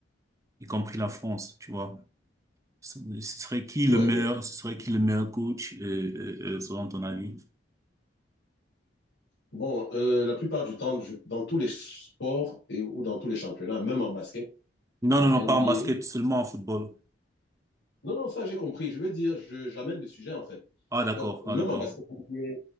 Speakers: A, on the right (about 15°); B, on the left (about 80°).
A: y compris la France, tu vois. Ce ce serait qui le
B: Ouais,
A: meilleur,
B: ouais.
A: ce serait qui le meilleur coach euh, euh, euh, selon ton avis?
B: Bon, euh, la plupart du temps, je- dans tous les sports et, ou dans tous les championnats, même en basket,
A: Non,
B: euh,
A: non, non,
B: NBA.
A: pas en basket, seulement en football.
B: Non, non, ça j'ai compris. Je veux dire, je, j'amène le sujet en fait.
A: Ah, d'accord,
B: Donc, même
A: ah, d'accord.
B: en basket, NBA,